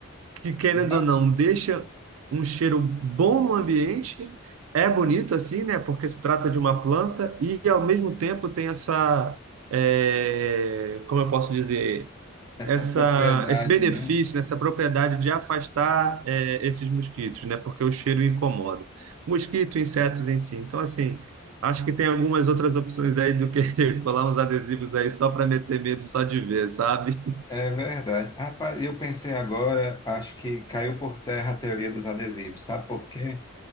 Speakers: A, on the right (about 75°); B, on the left (about 20°).
A: que querendo
B: Já
A: ou não, deixa um cheiro bom no ambiente, é bonito assim, né? Porque se trata de uma planta e ao mesmo tempo tem essa, eh, como eu posso dizer,
B: essa
A: essa,
B: propriedade,
A: esse benefício,
B: né?
A: né, essa propriedade de afastar é, esses mosquitos, né? Porque o cheiro incomoda. Mosquito, insetos em si. Então, assim, acho que tem algumas outras opções aí do que <laughs> colar uns adesivos aí só para meter medo só de ver, sabe?
B: É verdade. Rapaz, eu pensei agora, acho que caiu por terra a teoria dos adesivos. Sabe por quê?